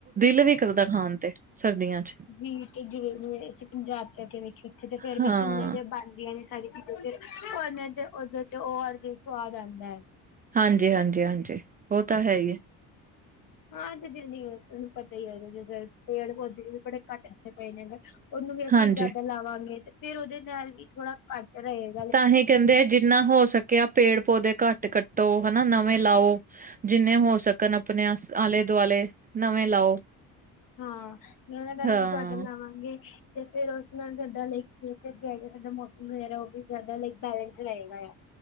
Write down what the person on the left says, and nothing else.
ਵੀ ਤੇ ਜਿਵੇਂ, ਅਸੀਂ ਪੰਜਾਬ ਚ ਆ ਕੇ ਵੇਖੇ ਉੱਥੇ ਤੇ ਫੇਰ
ਵੀ ਚੂਲੇ ਤੇ ਬਣਦੀਆਂ ਨੇ ਸਾਰੀ ਓਹਨੇ ਤੇ ਓਦੇ ਤੇ ਓ ਵਰਗੈ ਈ, ਸਵਾਦ ਆੰਦੈ।
ਹਾਂ ਤੇ ਜਿੜੀ ਏ ਥੋਨੂੰ ਪਤਾ ਈ ਹੈਗਾ, ਜੇ ਪੇੜ-ਪੌੇਦੇ ਵੀ ਬੜੇ ਘੱਟਦੇ ਪਏ ਨੇ ਨਾ। ਓਨੂੰ ਵੀ ਅਸੀਂ
ਜੈਦਾ ਲਾਵਾਂਗੇ ਤੇ ਫੇਰ ਉਦੇ ਨਾਲ ਵੀ ਥੋੜਾ ਘੱਟ ਰਏ।
ਹਾਂ, ਨਵੇਂ ਅਗਰ
ਅਸੀਂ ਜੈਦਾ ਲਾਵਾਂਗੇ ਤੇ ਫੇਰ ਓਸ ਨਾਲ ਸਾਡਾ ਲੇਕ ਜਚ ਜਾਏਗਾ, ਸਾਡਾ ਮੌਸਮ ਵਗੈਰਾ ਓਹ ਵੀ ਜੈਦਾ ਲਾਈਕ ਬੈਲੈਂਸ ਰਹੇਗਾ ਆ।